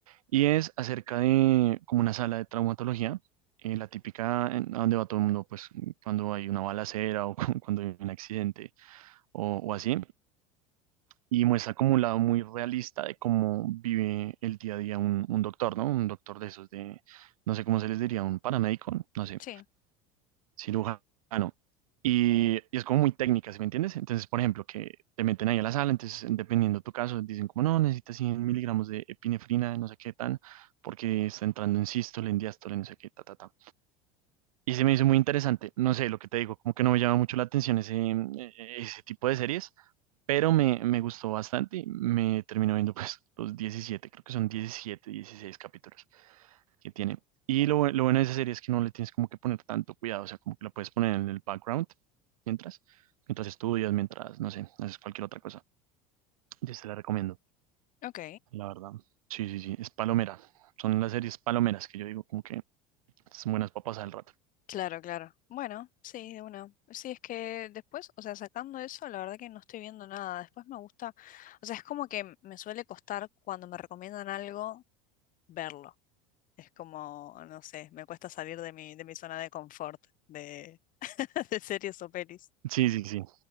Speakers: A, on the right; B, on the left.
A: Y es acerca de como una sala de traumatología, eh, la típica en- a donde va todo el mundo, pues cuando hay una balacera o <laughs> cuando hay un accidente o, o así. y muestra como un lado muy realista de cómo vive el día a día un, un doctor, ¿no? Un doctor de esos de, no sé cómo se les diría, un paramédico, no sé,
B: Sí.
A: cirujano. Y, y es como muy técnica, ¿sí me entiendes? Entonces, por ejemplo, que te meten ahí a la sala, entonces, dependiendo de tu caso, dicen como, no, necesitas 100 miligramos de epinefrina, no sé qué tan, porque está entrando en sístole, en diástole, no sé qué, ta, ta, ta. Y se me hizo muy interesante. No sé, lo que te digo, como que no me llama mucho la atención ese, eh, ese tipo de series, pero me, me gustó bastante. y Me terminó viendo <laughs> pues los diecisiete creo que son 17 16 capítulos que tiene. Y lo, bue- lo bueno de esa serie es que no le tienes como que poner tanto cuidado, o sea, como que la puedes poner en el background mientras, mientras estudias, mientras, no sé, haces cualquier otra cosa. Yo te la recomiendo,
B: Ok.
A: la verdad. Sí, sí, sí, es palomera. Son las series palomeras que yo digo como que son buenas papas al rato.
B: Claro, claro. Bueno, sí, de una. Sí, es que después, o sea, sacando eso, la verdad que no estoy viendo nada. Después me gusta, o sea, es como que me suele costar cuando me recomiendan algo verlo. Es como, no sé, me cuesta salir de mi, de mi zona de confort de, <laughs> de series o pelis,
A: Sí, sí, sí.